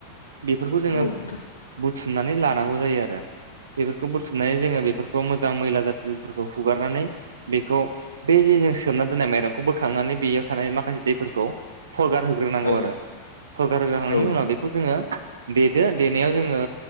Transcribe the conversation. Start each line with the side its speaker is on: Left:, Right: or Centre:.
Right: बेफोरखौब जोङो।
Left: औ नोंथां
Right: बुथुमनानै लानांगौ जायो आरो बेफोरखौ बुथुमनानै जोङो बेफोरखौ। बे मोजां मैला जाथिफोरखौ हुगारनानै। बेखौ बे जे जों सोमना दोननाय माइरंखौ बोखांनानै बेयाव थानाय माखासे दैफोरखौ। सरगार होग्रोनांगौ
Left: औ
Right: आरो सरगार होग्रोखांनायनि
Left: नोंथां
Right: उनाव बेखौ जोङो। देदो देनाया जोङो।